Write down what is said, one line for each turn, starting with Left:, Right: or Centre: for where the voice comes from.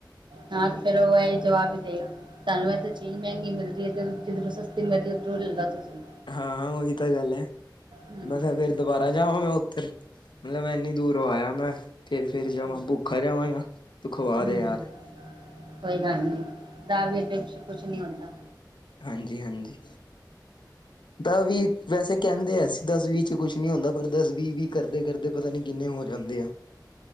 Right: ਹਾਂ ਫੇਰ ਓ ਐਈ ਜਵਾਬ ਈ ਦੇਗਾ। ਤੁਹਾਨੂੰ ਐਥੋ ਚੀਜ਼ ਮੈਂਗੀ ਮਿਲਦੀ ਏ, ਤੇ ਜਿੱਧਰੋ ਸਸਤੀ ਮਿਲ ਰੀ, ਓਧਰੋਂ ਲੈਲੋ ਤੁਸੀ।
Left: ਹਾਂ, ਓਹੀ ਤਾ ਗੱਲ ਐ,
Right: ਹਮ
Left: ਮੈਂ ਕਾ ਫੇਰ ਦੁਬਾਰਾ ਜਾਵਾਂ ਮੈਂ ਓਥੇ ਮਲਤਬ ਮੈਂ ਏਨੀ ਦੂਰੋਂ ਆਯਾ ਮੈਂ ਫੇਰ-ਫੇਰ ਜਾਵਾਂ
Right: ਹਮ ਹਮ,
Left: ਭੁੱਖਾ ਜਾਵਾਂ ਯਾਂ ਤੂੰ ਖਵਾ
Right: ਹਮ
Left: ਦੇ ਯਾਰ <inaudible>
Right: ਕੋਈ ਗੱਲ ਨੀ ਦਾ ਵੀ ਰੁਪਏ ਵਿੱਚ ਕੁਛ ਨੀ ਹੁੰਦਾ
Left: ਹਾਂਜੀ-ਹਾਂਜੀ। ਦਾ ਵੀ ਵੈਸੇ ਕੈਂਦੇ ਅਸੀ ਦੱਸ ਵੀ ਚ ਕੁਛ ਨੀ ਹੁੰਦਾ, ਪਰ ਦਞਸ, ਵੀ-ਵੀ, ਕਰਦੇ-ਕਰਦੇ ਤੇ ਪਤਾ ਨੀ ਕਿੰਨੇ ਹੋ ਜਾਂਦੇ ਆ